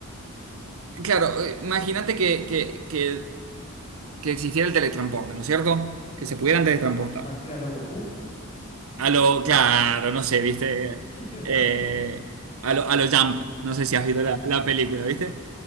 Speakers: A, on the right; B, on the left.
A: Claro, eh, imagínate que, que, que, que existiera el teletransporte, ¿no es cierto? Que se pudieran teletransportar.
B: Así a lo Goku.
A: A lo, claro, no sé, viste.
B: <laughs>
A: Eh, a lo, a lo Jump, no sé si has visto
B: Ah,
A: la, la película, viste.